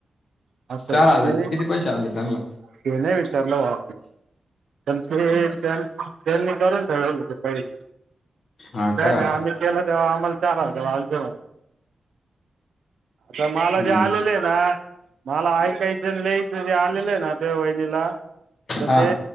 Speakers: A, on the right; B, on the left.
A: असं
B: चार
A: तिने
B: हजारचे
A: हे
B: किती पैसे आले त्यांना
A: नाही विचारलं वा. त्यां ते त्यांनी करून ठेव पहिरी
B: हा
A: काय
B: का
A: नाही आम्ही केलं. तेव्हा अमल चारल जवा हलज आता मला
B: हम्म
A: जे आलेले आहे ना मला ऐकायच ल जे आलेलं आहे ना ते वहिनीला तर
B: हा
A: ते